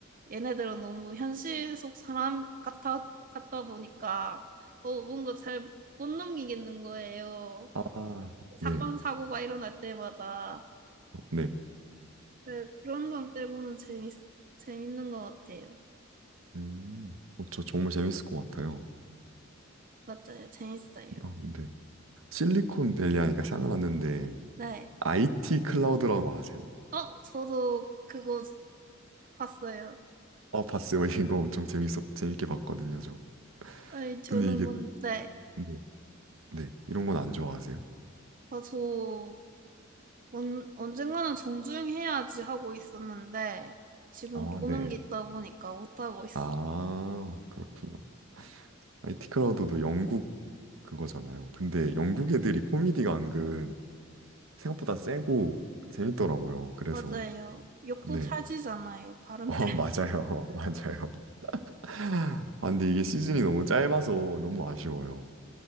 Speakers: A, on the right (about 40°); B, on the right (about 70°).
A: 얘네들은 너무 현실 속 사람 같아 같다 보니까 어 뭔가 잘 못 넘기겠는 거예요.
B: 아,
A: 사건
B: 네.
A: 사고가 일어날 때마다
B: 네.
A: 네, 그런 점 빼고는 재밌 재밌는 것 같아요.
B: 음, 어, 저 정말 재밌을 것 같아요.
A: 맞아요, 재밌어요.
B: 어, 네. 실리콘밸리 하니까 생각났는데
A: 네.
B: IT 클라우드라고 아세요?
A: 어, 저도 그거 봤어요.
B: 어, 봤어요. <laughs> 이거 엄청 재밌었, 재밌게 봤거든요, 저.
A: 아니, 저는
B: 근데 이게,
A: 근 네.
B: 네, 네, 이런 건 안 좋아하세요?
A: 아, 저 언, 언젠가는 정주행해야지 하고 있었는데 지금
B: 아,
A: 보는
B: 네.
A: 게 있다 보니까 못하고 있어요.
B: 아, 그렇구나. IT 크라우드도 영국 그거잖아요. 근데 영국 애들이 코미디가 은근 생각보다 세고 재밌더라고요. 그래서,
A: 맞아요. 욕도
B: 네.
A: 찰지잖아요. 발음
B: 어, <laughs>
A: 때문에. <laughs>
B: 맞아요. <laughs> 맞아요. <laughs> 아, 근데 이게 시즌이 너무 짧아서 너무 아쉬워요.